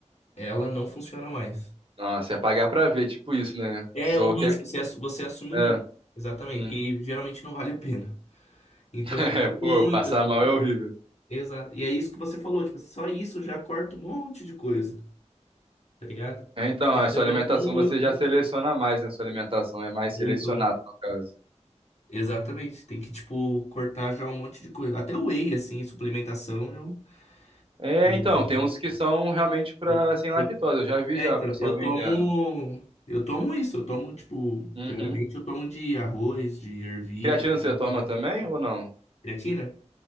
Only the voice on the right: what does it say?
Nossa, é pagar pra ver, tipo isso, né?
Só
quer.
É,
hum.
<laughs>
É,
pô,
passar
mal é horrível.
É, então,
a sua alimentação
você já seleciona mais, né? Sua alimentação é mais
selecionada,
no caso.
É,
então, tem uns que são realmente pra
sem lactose.
Eu já vi
já
o pessoal
vendendo.
Uhum.
Creatina você toma
também ou não?